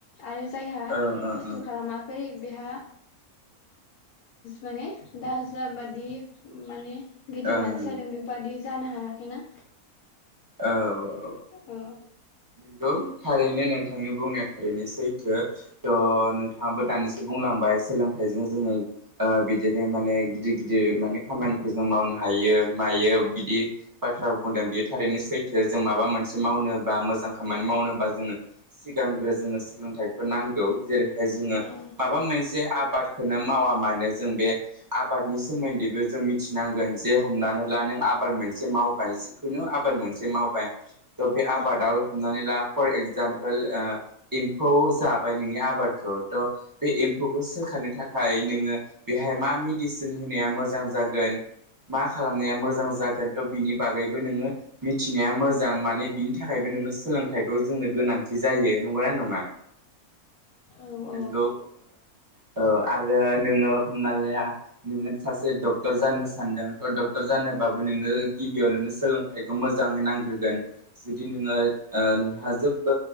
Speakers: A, on the left (about 85°); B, on the right (about 20°).
A: आरो जायहा
B: ओं ओं
A: खस्थ खालामाखै बिहा माने दा जाबादि माने
B: ओं
A: गिदिर मानसि जादों बेबादि जानो हायाखै ना
B: औ
A: औ
B: नोंगौ थारैनो नोंथांनि बुंनाया थारैनो सैथो थ नोंथाङाबो दानिसो बुंलांबाय सोलोंथाइजों जोङो ओ बिदिनो माने गिदिर गिदिर माने खामानिखौ जों मावनो हायो मायो बिदि बाथ्रा बुंदों बेयो थारैनो जों माबा मोनसे मावनोबा मोजां खामानि मावनोबा जों सिगांग्रो जोंनो सोलोंथाइखौ नांगौ। जेरैहाय जोङो
A: औ औ
B: माबा मोनसे आबाद खौनो मावा मानो जों बे आबादनि सोमोन्दैबो जों मिथिनांगोन जे हमना‌ ला नों आबाद मोनसे मावबाय जिखुनु आबाद मोन मावबाय त बे आबादाव
A: औ
B: हमनानै ला फर एक्जामपोल पोल ओ एम्फौ जाबाय नोंनि आबादखौ थ बे एम्फौखौ सोखानो थाखाय नोङो बे बेहाय मा मेडिसिन होनाया मोजां जागोन मा खालामनाया मोजां जागोन। बिनि बागैबो नोङो मोजां माने बिनि थाखायबो नोंनो सोलोंथाइखौ जोंनो गोनांथि जायो नंगौना नङा?
A: औ
B: <inaudible> नोंगौ ओ औ आरो नोङो हमनालाया नोङो सासे डक्टर जानो सानदों थ' डक्टर जानोबाबो नों गिबियाव नोंनो सोलोंथाइ मोजाङै नांग्रोगोन। जुदि नोङो ओ हाजोब